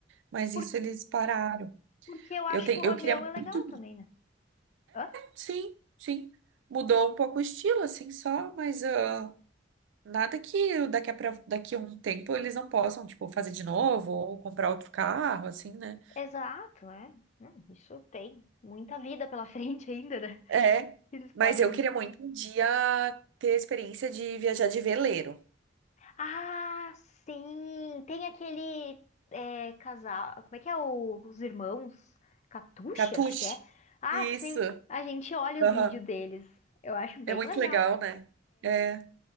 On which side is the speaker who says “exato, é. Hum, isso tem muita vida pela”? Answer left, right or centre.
Left